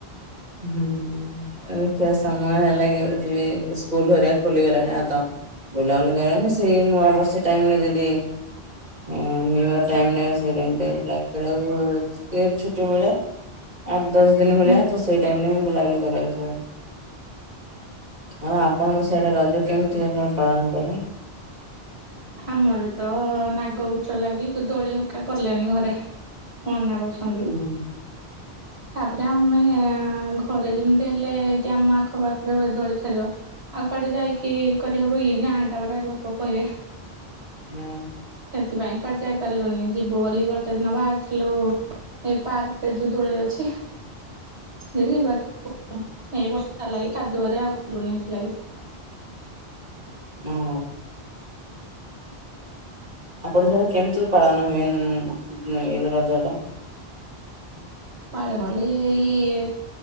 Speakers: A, on the right; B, on the right.
A: ହୁଁ ଦେଖିବା ସମୟ ହେଲା ଯିବି ସ୍କୁଲ ହେରିକା ଖୋଲିଗଲାଣି ଆତ। ବୁଲାବୁଲି କାରଣ ସେଇ ମୁଁ ନୂଆ ବର୍ଷ ଟାଇମରେ ଯଦି ଉଁ ନିୟୁୟର ଟାଇମ <unintelligible> ଛୁଟି ମିଳେ। ଆଟ୍ ଦଶ ଦିନି ଭଳିଆ
B: ହୁଁ
A: ତ ସେଇ ଟାଇମରେ ହିଁ ବୁଲାବୁଲି କରିବା କୁ ସବୁ। ହଁ ଆପଣଙ୍କ ସେଆଡେ ରଜ କେମିତି ଆପଣ ପାଳନ କଲେ?
B: ଆମର ତ ନାଗ ଗୁଚ ଲାଗି ଦୋଳି ହରକା କଲେନି ଘରେ ମନାକର ଛନ୍ତି।
A: ହୁଁ।
B: ତାପରେ ଆମେ ଘରେ ଯେମିତି ହେଲେ ଏଇ ଆମ ଆଖ ପାଖରେ ଦୋଳି ଖେଳିବ। ଆଉ କୁଆଡେ ଯାଇକି କରିହବ ଇଏ ଗାଁ ଟା ପରା ଲୋକ କହିବେ।
A: ହଁ।
B: ସେଥିପାଇଁ କୁଆଡେ ଯାଇ ପାରିଲୁନି ଯିବୁ ବୋଲି ଗୋଟେ ଦିନ ବାହାରିଥିଲୁ ଏଇ ପାର୍କ ରେ ଯୋଉ ଦୋଳି ଅଛି। ଯେ ଯିବାକୁ ହେଇ ବର୍ଷା ଲାଗି କାଦୁଅରେ ଆଉଲୁନ ହେଥିଲାଗ।
A: ଉଁ ହଁ। ଆପଣ ସେଟା କେମିତି ପାଳନ ହୁଏ ଉଁ ଏ ରଜଟା?
B: ପାଳନ ଓଲି ଏଇ